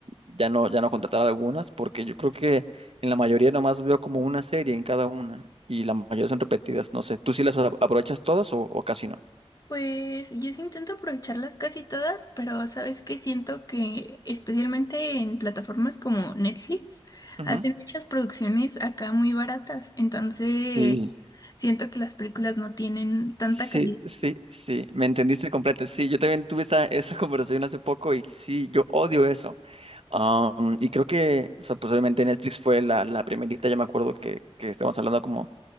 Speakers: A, on the right; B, on the left.
A: ya no, ya no contratar algunas, porque yo creo que en la mayoría nomás veo como una serie en cada una y la mayoría son repetidas. No sé, ¿tú sí las a- aprovechas todas o, o casi no?
B: Pues yo sí intento aprovecharlas casi todas, pero sabes que siento que especialmente en plataformas como Netflix
A: Ujú.
B: hacen muchas producciones acá muy baratas, entonces
A: Sí,
B: siento que las películas no tienen tanta
A: sí,
B: calidad
A: sí, sí, me entendiste completo. Sí, yo también tuve esa, esa <laughs> conversación hace poco y sí, yo odio eso. Am, y creo que, o sea, pues obviamente Netflix fue la, la primerita, Yo me acuerdo que, que estamos hablando como